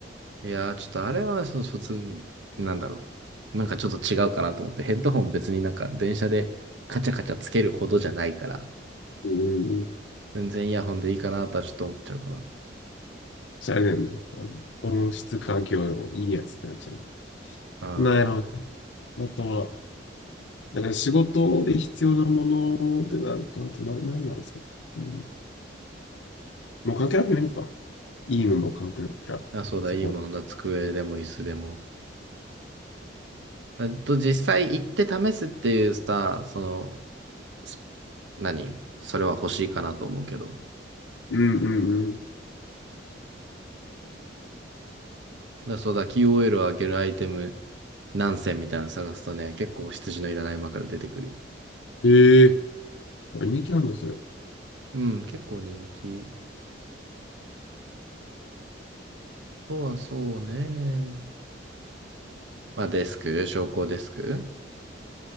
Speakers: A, on the right; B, on the left.
A: いやー、ちょっとあれはそう普通に、なんだろう。なんかちょっと違うかなと思って、ヘッドホン別になんか電車でカチャカチャつけるほどじゃないから、
B: うん。
A: 全然イヤホンでいいかなとはちょっと思っちゃうかな。
B: しゃれるの。あの音質環境いいやつってなっちゃ
A: あ
B: う。なんやろ。あとは、だから仕事で必要なものってなると、あとな何なんですか。うん。もう関係なくてもいいのか。いいものを買うってなったら、
A: ーあ、そうだ、
B: そこは。
A: いいものだ、机でも椅子でも。あと実際行って試すっていうさ、その、ス何それは欲しいかなと思うけど。だ
B: うんうん
A: そうだ、QOL を上げるアイテム何選みたいなの探すとね、結構羊のいらない間から出てくるよ。
B: うん。ええー。人気なんだ、それ。
A: うん、結構人気。とはそうね。まあデスク、昇降デスク。